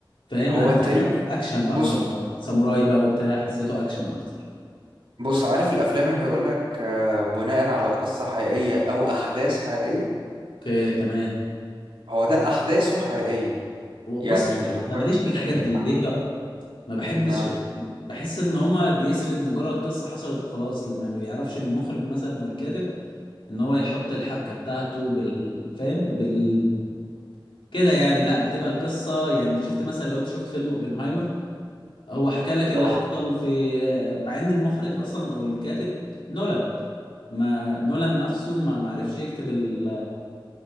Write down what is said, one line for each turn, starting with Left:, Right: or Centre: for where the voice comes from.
Left: فاهم
Right: هو
Left: حسيته
Right: التاريخ
Left: اكشن اكتر
Right: بص
Left: ساموراي بقى وبتاع حسيته اكشن اكتر
Right: بص عارف الافلام اللي هيقول لك آه، بناء على قصة حقيقية او احداث حقيقية
Left: اوكي تمام
Right: هو ده احداثه حقيقية
Left: هو
Right: يعني
Left: بص
Right: اللي هو
Left: انا ماليش
Right: ان
Left: في الحاجات
Right: ان
Left: دي ليه بقى ما بحبش
Right: اه
Left: بحس ان هما بيسرد مجرد قصة حصلت وخلاص ما بيعرفش المخرج مثلا او الكاتب ان هو يحط الحبكة بتاعته بالفهم بال فاهم؟ بال- كده يعني لا بتبقى القصة يعني شفت مثلا لو انت شفت فيلم اوبنهايمر هو حكى لك اللي
Right: اه
Left: حصل في مع ان المخرج اصلا او الكاتب نولان ما نولان نفسه ما معرفش يكتب ال-